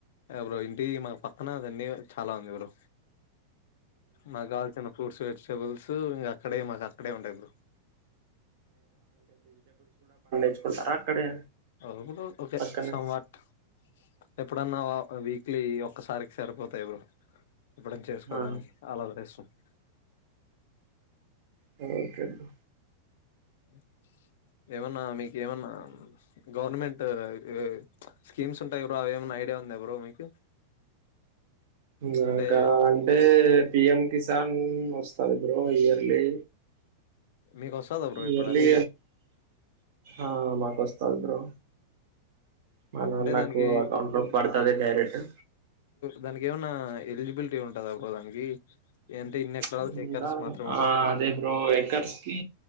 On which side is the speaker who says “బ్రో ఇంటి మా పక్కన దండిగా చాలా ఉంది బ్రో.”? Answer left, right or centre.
Left